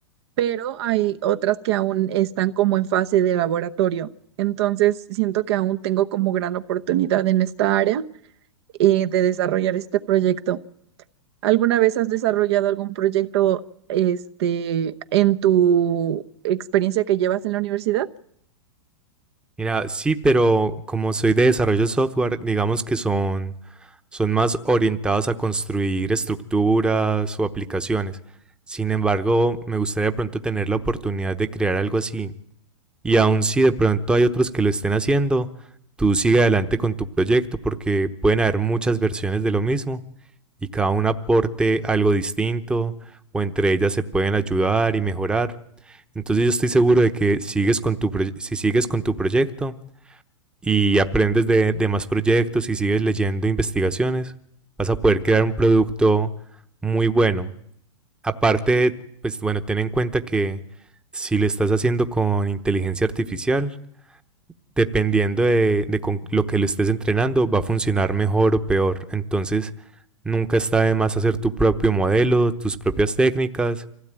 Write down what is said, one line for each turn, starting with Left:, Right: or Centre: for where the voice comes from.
Right: pero hay otras que aún están como en fase de laboratorio. Entonces, siento que aún tengo como gran oportunidad en esta área eh, de desarrollar este proyecto. ¿Alguna vez has desarrollado algún proyecto este en tu experiencia que llevas en la universidad?
Centre: Mira, sí, pero como soy de desarrollo de software, digamos que son, son más orientados a construir estructuras o aplicaciones. Sin embargo, me gustaría pronto tener la oportunidad de crear algo así, Y aun si de pronto hay otros que lo estén haciendo, tú sigue adelante con tu proyecto porque pueden haber muchas versiones de lo mismo y cada una aporte algo distinto o entre ellas se pueden ayudar y mejorar. Entonces yo estoy seguro de que sigues con tu proye- si sigues con tu proyecto y aprendes de, de más proyectos y sigues leyendo investigaciones, vas a poder crear un producto muy bueno. Aparte, pues bueno, ten en cuenta que si lo estás haciendo con inteligencia artificial, dependiendo de, de con lo que le estés entrenando, va a funcionar mejor o peor. Entonces, nunca está de más hacer tu propio modelo, tus propias técnicas